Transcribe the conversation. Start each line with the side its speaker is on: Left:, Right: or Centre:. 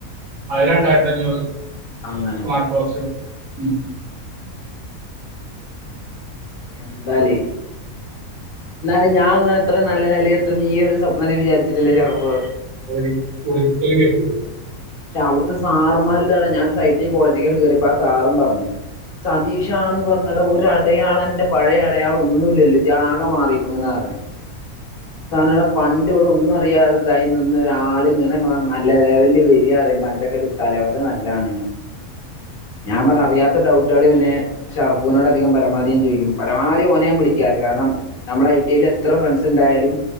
Right: ആ രണ്ടായിരത്തി അഞ്ഞൂറ്
Left: അങ്ങനെ
Right: സ്മാർട്ട ബോസ് ഉം
Left: എന്താല എന്ന അത് ഞാൻങ്ങനെ അത്ര നല്ല നിലയ എത്ത ഈ ഒരു സ്വപനൽ വിചാരിച്ചട്ടില്ല ഷെറഫ്
Right: ഒരു ഒരുരിക്കല കട്ട
Left: പക്ഷെ അവിടുത്തെ സാറുമാര് ഇതട ഞാനൻ ഒരു സൈറ്റ കോളേജിക്കണ്ട് കേയറിപ്പ ആ സാറും പറഞ്ഞു സതീഷാണ് പറഞ്ഞട അടയാള എന്റെ പഴയ അടയാള ഒന്നുംല്ലല്ലോ ജാക മാറരിക്കുന്നുന്ന് പററണേ സാനവിടെ പണ്ടിവിടെ ഒന്നും അറിയാതെതായി നിന്നൊരാള് ഇങ്ങനെ നല്ല ലെവലില് വര്യ പറയുമ്പോ അന്റെക്കൊരു തലവര നല്ലാണ് ഞാൻ പറ അറിയാത്ത ഡൗട്ട് കുട്ട്യേള് പിന്നെ ഷാർഫൂനോട് അധികം പരമാധി ഞാ ചോദിക്കും പരമാവധി ഓന ഞാൻ വിളിക്കാറ് കാരണം നമ്മളെ ഐ ടി എല്ല് എത്ര ഫ്രണ്ട്സ് ഇണ്ടായാലും